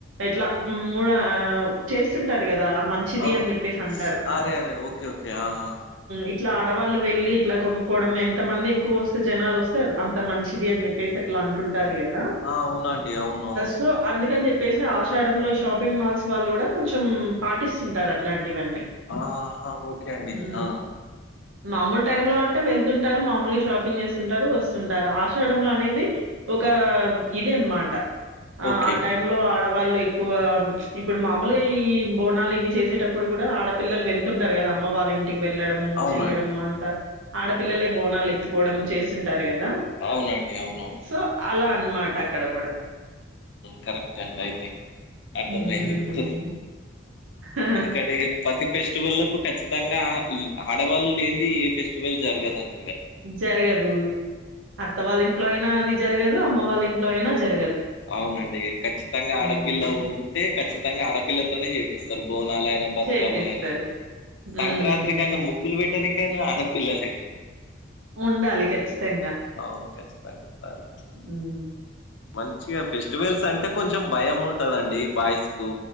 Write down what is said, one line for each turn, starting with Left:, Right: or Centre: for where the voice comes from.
Right: ఎట్ల మూడ చేస్తుంటారు కదా మంచిది
Left: అవును
Right: అని చెప్పేసి అంటారు
Left: అరే అరే ఓకే ఓకే ఆ ఆ
Right: ఇట్ల ఆడవాళ్ళు వెళ్ళలి ఇట్లా కొనుక్కోవడం ఎంత మంది ఎక్కువ వస్తే జనాలు వస్తే అంత మంచిది అని చెప్పేసి అట్ల అంటుంటారు కదా
Left: ఆ, అవునండి అవును అవును
Right: సో అందుకని <unintelligible> ఆషాడ లో ఈ షాపింగ్ మాల్స్ వాళ్ళు కూడ కొంచెం పాటిస్తుంటార ఇలాంటి వన్నీ
Left: ఆహా ఓకే అండి
Right: హు
Left: ఆ
Right: మామూలు టైమ్ లో అంటే వెళ్తుంటారు మామూలుగ షాపింగ్ చేస్తుంటారు వస్తుంటారు ఆశడంలో అనేది ఒక ఇది అనమాట ఆ
Left: ఓకే
Right: ఆ టై లో ఆడవాళ్ళు ఎక్కువ ఇప్పుడు మామలుగా ఈ బోనాలు ఇవి చేసేటప్పుడు కూడా ఆడపిల్లలు వెళ్తుంటారు కదా అమ్మ వాళ్ళ ఇంటికి వెళ్ళడము
Left: అవునండి
Right: చెయ్యడము అంతా ఆడపిల్లలే బోనాలు ఎత్తుకోవడము చేస్తుంటారు కదా
Left: అవునండి అవునవును
Right: సో అలా అన్నమాట అక్కడ కూడా
Left: కరెక్ట్ అండి అయితే అర్ధం
Right: హ్మ్.
Left: అయ్యింది ఇప్పుడు
Right: ఆ!
Left: ఎందుకంటే ప్రతి ఫెస్టివల్ లో ఖచ్చితంగా ఆడవాళ్లు లేని ఏ ఫెస్టివల్ జరగదండి
Right: జరగదు అత్త వాళ్ళ ఇంట్లో అయినా అది జరగదు అమ్మ వాళ్ళ ఇంట్లో అయినా జరగదు
Left: అవునండి ఖచ్చితంగా
Right: హ్మ్.
Left: ఆడపిల్ల ఉంటే ఖచ్చితంగా ఆడపిల్లతోనే చేపిస్తారు బో బోనాలు అయినా బతుకమ్మ
Right: చేపిస్తారు.
Left: అయినా
Right: హ్మ్.
Left: సంక్రాంతి అయిన ముగ్గులు పెట్టడానికి ఆడపిల్లనే
Right: ఉండాలి ఖచ్చితంగా
Left: అవును ఖచ్చితంగా ఉండాలి అట్లా
Right: ఊ
Left: మంచిగా ఫెస్టివల్స్ అంటే కొంచెం భయం ఉంటదండి బాయ్స్ కు